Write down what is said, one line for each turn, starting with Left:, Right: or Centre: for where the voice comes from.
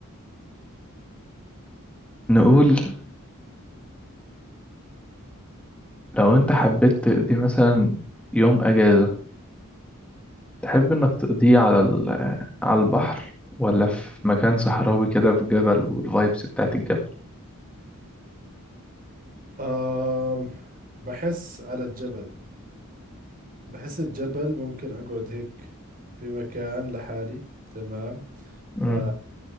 Centre: نقول لو أنت حبيت تقضي مثلا يوم أجازة تحب إنك تقضيه على ال- على البحر ولا في مكان صحراوي كده في جبل والفايبس بتاعت الجبل
Right: آم، بحس على الجبل بحس الجبل ممكن أقعد هيك بمكان لحالي تمام
Centre: مم.
Right: ف